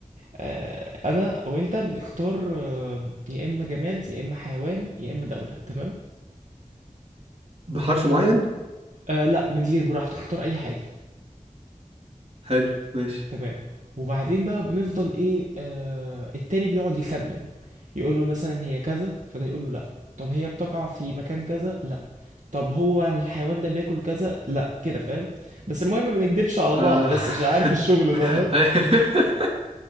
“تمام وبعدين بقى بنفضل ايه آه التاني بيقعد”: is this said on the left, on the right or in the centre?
Right